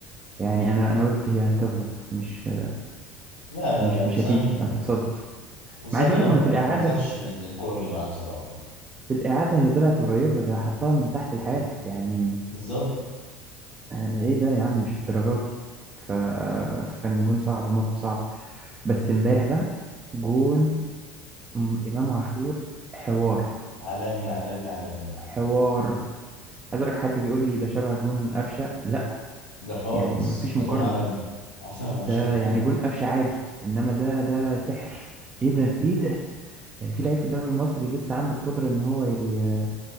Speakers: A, on the right; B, on the left.
A: يعني انا انا قلت هي هتخبط مش
B: لا لا
A: مش
B: لا وسام
A: مش هتيجي هتتصد
B: وسام
A: ما عايز اقول
B: انا
A: لك ما انا في الاعاده
B: ما بخافش من الكور اللي معاه بصراحه يعني
A: في الاعاده هي طلعت قريبه ده حطها من تحت الحارس يعني
B: بالظبط
A: أنا ايه ده يا عم مش الدرجه دي ف... فكان جون صعب وموقف صعب بس امبارح بقى جون امام عاشور حوار
B: عالمي عالمي عالمي
A: حوار عايز اقول لك حد بيقول لي ده شبه جون قفشه لا
B: ده خالص
A: يعني ما فيش
B: ده
A: مقارنه
B: جون عالمي احسن من قفشه
A: ده
B: بكتير
A: يعني جون قفشه عادي انما ده ده سحر ايه ده ايه ده يعني في لعيب في الدوري المصري لسه عنده القدره ان هو ي-